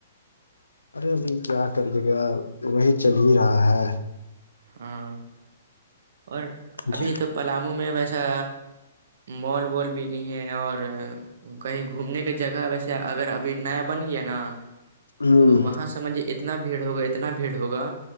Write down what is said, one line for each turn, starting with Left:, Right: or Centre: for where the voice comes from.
Left: ارے ابھی کیا کریے گا وہی چل ہی رہا ہے
Right: ہاں اور ابھی
Left: جی
Right: تو پلامو میں ویسا مال وال بھی نہیں ہے اور کہیں گھومنے کے جگہ ویسے اگر ابھی نیا بن گیا نا
Left: ہوں
Right: تو وہاں سمجھے اتنا بھیڑ ہوگا اتنا بھیڑ ہوگا